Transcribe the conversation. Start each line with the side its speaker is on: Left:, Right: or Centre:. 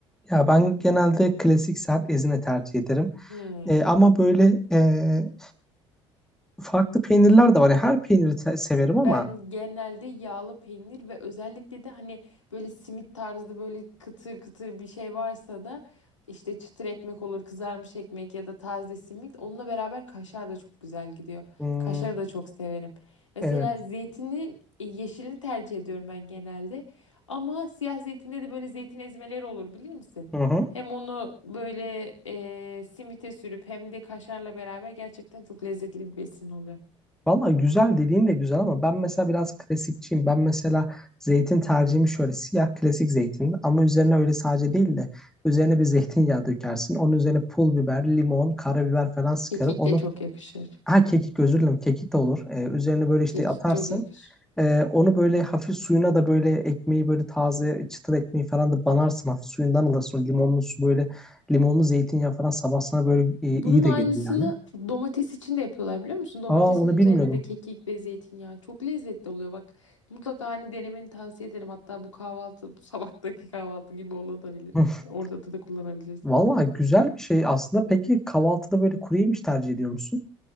Centre: Ya ben genelde klasik sert ezine tercih ederim.
Left: Hmm.
Centre: Ee, ama böyle e, farklı peynirler de var. Yani her peyniri te- severim ama...
Left: Ben genelde yağlı peynir ve özellikle de hani böyle simit tarzı böyle kıtır kıtır bir şey varsa da işte çıtır ekmek olur, kızarmış ekmek ya da taze simit. Onunla beraber kaşar da çok güzel gidiyor.
Centre: hmm,
Left: Kaşarı da çok severim. Mesela
Centre: evet.
Left: zeytinin e, yeşilini tercih ediyorum ben genelde. Ama siyah zeytinde de böyle zeytin ezmeleri olur bilir misin?
Centre: Hı hı.
Left: Hem onu böyle e, simite sürüp hem de kaşarla beraber gerçekten çok lezzetli bir besin oluyor.
Centre: Valla güzel dediğin de güzel ama ben mesela biraz klasikçiyim. Ben mesela zeytin tercihimi şöyle siyah klasik zeytin ama üzerine öyle sadece değil de üzerine bir zeytinyağı dökersin. Onun üzerine pul biber, limon, karabiber falan sıkarım.
Left: Kekik
Centre: Onu
Left: de çok yakışır.
Centre: ha kekik özür dilerim kekik de olur. Ee, üzerine böyle işte
Left: Kekik
Centre: atarsın.
Left: çok yakışır.
Centre: Ee, onu böyle hafif suyuna da böyle ekmeği böyle taze çıtır ekmeği falan da banarsın. Hafif suyundan alırsın. O Limonlu su böyle limonlu zeytinyağı falan sabah sana böyle e,
Left: Bunun
Centre: iyi de
Left: aynısını
Centre: gelir yani.
Left: domates için de yapıyorlar biliyor musun? Domatesin
Centre: Aa onu
Left: üzerine
Centre: bilmiyordum.
Left: de kekik ve zeytinyağı. Çok lezzetli oluyor bak. Mutlaka hani denemeni tavsiye ederim. Hatta bu kahvaltı, bu sabahtaki kahvaltı gibi olabilir.
Centre: <laughs>
Left: Orada da, da kullanabilirsin.
Centre: Valla güzel bir şey aslında. Peki kahvaltıda böyle kuru yemiş tercih ediyor musun?